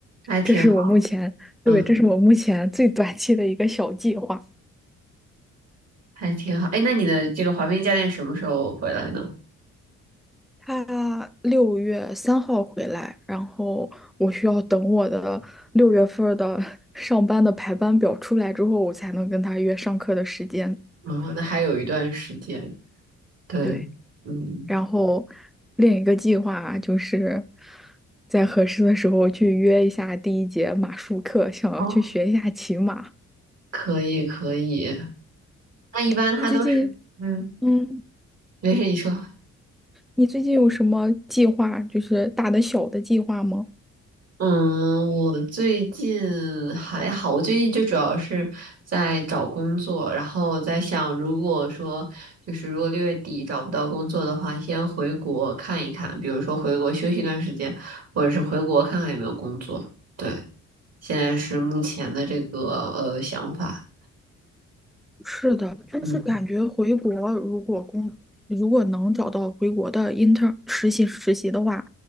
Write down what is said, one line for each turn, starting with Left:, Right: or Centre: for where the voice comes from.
Right: 还挺好，
Centre: 这是我目前，对，
Right: 嗯
Centre: 这是我目前最短期的一个小计划。
Right: 还挺好。哎，那你的这个滑冰教练什么时候回来呢？
Centre: 他六月三号回来，然后我需要等我的六月份儿的 <laughs> 上班的排班表出来之后，我才能跟他约上课的时间。
Right: 嗯，那还有一段时间，对，
Centre: 对，
Right: 嗯，
Centre: 然后另一个计划就是在合适的时候去约一下第一节马术课，想要去学一下骑马。
Right: 哦，可以可以。那一般他都是，
Centre: 你最近，
Right: 嗯，
Centre: 嗯，
Right: 没事，你说。
Centre: 你最近有什么计划，就是大的小的计划吗？
Right: 嗯，我最近还好，我最近就主要是在找工作，然后在想，如果说就是如果六月底找不到工作的话，先回国看一看，比如说回国休息一段时间，或者是回国看看有没有工作。对，现在是目前的这个呃想法。
Centre: 是的，但是感觉回国如果工如果能找到回国的
Right: 嗯。
Centre: i n t e r 实习实习的话，